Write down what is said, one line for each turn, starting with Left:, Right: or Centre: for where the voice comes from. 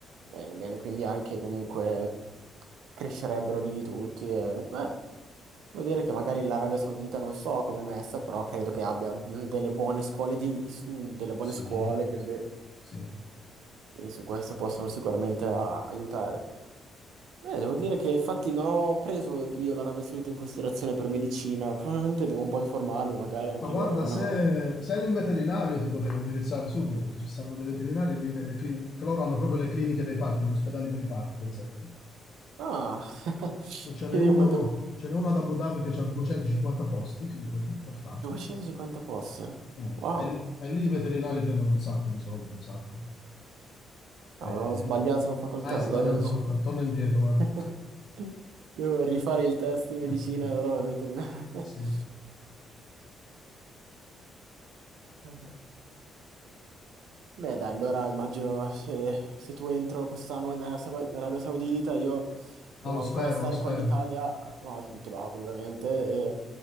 Right: Bene, bene, quindi anche comunque crescerebbero lì tutti. E, beh, vuol dire che magari l'Arabia Saudita non so come è messa, però credo che abbia mm, delle buone scuole di, is- mm, delle buone
Left: sì,
Right: scuole, quindi,
Left: sì.
Right: quindi su questo possono sicuramente a- aiutare. Beh, devo dire che infatti non ho preso io l'Arabia Saudita in considerazione per medicina, probabilmente devo un po' informarmi, magari anche
Left: Ma guarda,
Right: loro hanno...
Left: se, se eri un veterinario ti potevo indirizzare subito, perché ci stanno dei veterinari lì nelle cliniche, perché loro hanno proprio le cliniche dei falchi, gli ospedali per i falchi, per esempio.
Right: Ah, <laughs>
Left: Non Ce n'è
Right: quindi
Left: uno,
Right: potevo...
Left: ce n'è uno ad Abu Dhabi che ha 250 posti, figurati, per falchi.
Right: 250 posti.
Left: Mm.
Right: Wow,
Left: E, l- e lì i veterinari prendono un sacco di soldi, un sacco.
Right: avrò
Left: Eh,
Right: sbagliato facoltà,
Left: ah, hai sbagliato
Right: allora dice...
Left: facoltà, torna indietro, guarda.
Right: <laughs> Devo rifare il test
Left: <laughs>
Right: di medicina, però veterinaria. <laughs>
Left: Sì, sì.
Right: Eh, Beh, dai, allora immagino se, se tu entro quest'anno in Arabia Sau- Arabia Saudita, io devo
Left: Ma lo
Right: ancora
Left: spero,
Right: stare
Left: lo spero.
Right: qua in Italia, no, sì, te lo auguro ovviamente, e